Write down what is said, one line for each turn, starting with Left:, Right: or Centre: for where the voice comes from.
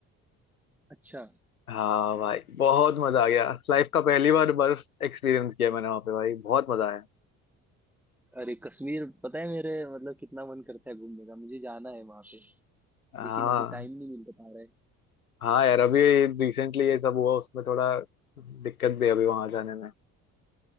Centre: अच्छा
Left: हाँ भाई बहुत मजा आ गया लाइफ का पहली बार बर्फ एक्सपीरियंस किया मैंने वहाँ पे भाई बहुत मजा आया
Centre: अरे कश्मीर पता है मेरे मतलब कितना मन करता है घूमने का मुझे जाना है वहां पे
Left: हाँ
Centre: लेकिन अभी टाइम नहीं मिल पा रहा है
Left: हाँ यार अभी रिसेंटली ये सब हुआ उसमें थोड़ा दिक्कत भी है अभी वहां जाने में